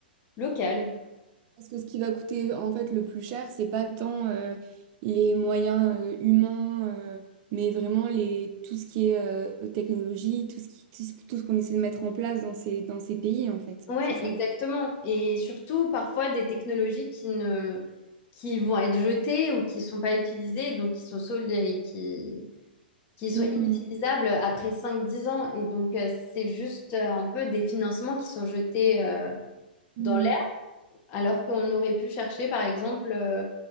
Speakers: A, on the left; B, on the right.
A: Local.
B: Parce que ce qui va coûter en fait le plus cher, c'est pas tant euh, les moyens euh, humains, euh, mais vraiment les, tout ce qui est euh, technologie, tout ce qui, tout ce tout ce qu'on essaie de mettre en place dans ces, dans ces pays, en fait.
A: Ouais,
B: C'est ça.
A: exactement. Et surtout, parfois, des technologies qui ne, qui vont être jetées ou qui ne sont pas utilisées, donc qui sont solides et qui, qui sont
B: Mm,
A: inutilisables après cinq dix ans. Et donc, euh, c'est juste euh, un peu des financements qui sont jetés euh,
B: mm,
A: dans l'air, alors qu'on aurait pu chercher, par exemple, euh,